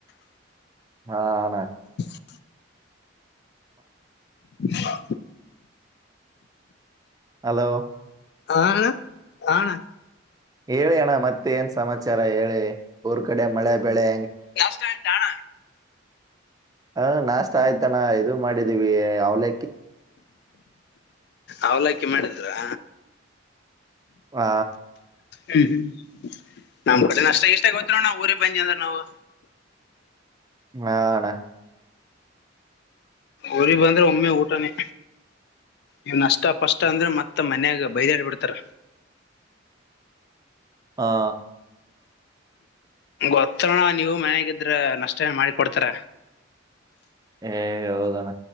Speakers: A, on the right (about 20°); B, on the left (about 55°).
A: ಹಣ
B: ಸಿ ಶಾ
A: ಹಲೋ
B: ಆಣ ಆಣ
A: ಹೇಳಿ ಅಣ್ಣ ಮತ್ತೆ ಏನ್ ಸಮಾಚಾರ ಹೇಳಿ ಊರ್ ಕಡೆ ಮಳೆ ಬೆಳೆ
B: ಕಷ್ಟ ಆಯ್ತಣ
A: ಹಾ ನಾಷ್ಟತ ಆಯ್ತಾನ ಇದು ಮಾಡಿದೀವಿ ಅವಲ
B: ಅವಲಕಿ ಮಾಡಿದ್ರಾ
A: ಹಾ
B: ಹ್ಮ್ ಹ್ಮ್ ನಮ್ ಕಡೆ ನಷ್ಟ ಇಷ್ಟ ಗೊತ್ತ ನಾವ್ ಊರಿ ಬಂದಿ ಅಂದ್ರ ನಾವು
A: ಹಣ್ಣ
B: ಉರಿ ಬಂದ್ರೆ ಒಮ್ಮೆ ಊಟನೇ ಇವ ನಷ್ಟ ಪಷ್ಟ ಅಂದ್ರೆ ಮತ್ತ ಮನ್ಯಾಗ ಬೈದಾಡ್ ಬಿಡ್ತಾರ
A: ಹಾ
B: ಗೊತ್ತಣ ನೀವು ಮನ್ಗಿದ್ರ ನಷ್ಟ ಮಾಡ ಕೊಡ್ತಾರ
A: ಏ ಹೌದಣ